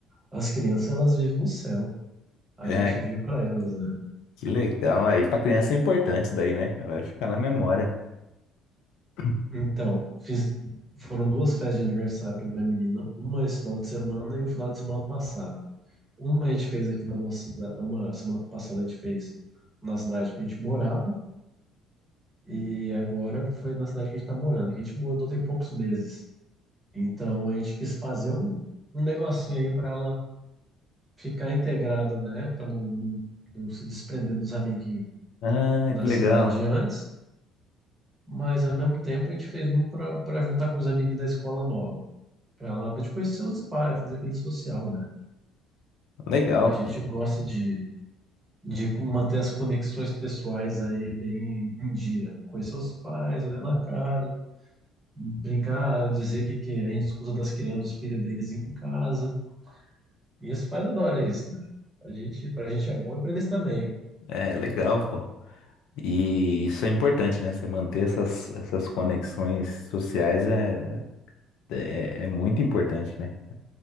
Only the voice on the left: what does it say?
é,
que legal. Aí pra criança é importante isso daí, né? Ela vai ficar na memória. <clears throat>
Ah,
que
legal.
Legal,
cara.
É, legal, pô. E isso é importante, né? Você manter essas, essas conexões sociais é, é, é muito importante, né?